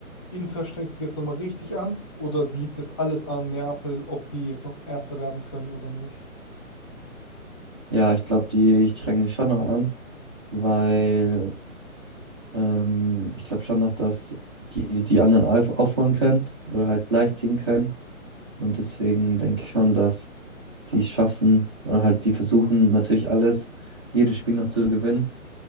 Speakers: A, on the left; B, on the right.
A: Inter strengt sich jetzt nochmal richtig an? Oder liegt es alles an Neapel, ob die jetzt noch Erster werden können oder nicht?
B: Ja, ich glaube, die ich drängen dich schon noch an, weil ähm, ich glaube schon noch, dass die die anderen auf, aufholen können oder halt gleichziehen können. Und deswegen denke ich schon, dass die es schaffen oder halt die versuchen natürlich alles, jedes Spiel noch zu gewinnen